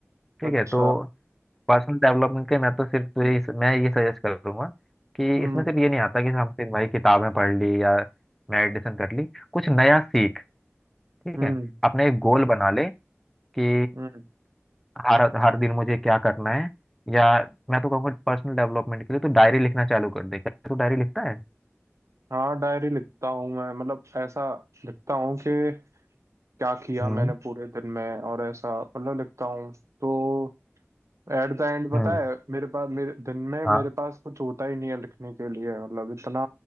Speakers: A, in the centre; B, on the right.
A: ठीक
B: अच्छा
A: है तो पर्सनल डेवलपमेंट के मैं तो सिर्फ तुझे इस- मैं ये सजेस्ट करूंगा कि
B: हम्म
A: इसमें सिर्फ ये नहीं आता कि हम सिर्फ भाई किताबें पढ़ ली या मेडिटेशन कर ली कुछ नया सीख ठीक
B: हम्म
A: है अपने एक गोल बना ले कि
B: हम्म
A: हर हर दिन मुझे क्या करना है या मैं तो कहूँगा पर्सनल डेवलपमेंट के लिए तो डायरी लिखना चालू कर दे क्या तू डायरी लिखता है
B: हाँ डायरी लिखता हूँ मैं मतलब ऐसा लिखता हूँ कि क्या किया
A: हम्म
B: मैंने पूरे दिन में और ऐसा मतलब लिखता हूँ तो एट द एंड पता
A: हम्म
B: है मेरे पास मेरे दिन में मेरे
A: हाँ
B: पास कुछ होता ही नहीं है लिखने के लिए मतलब इतना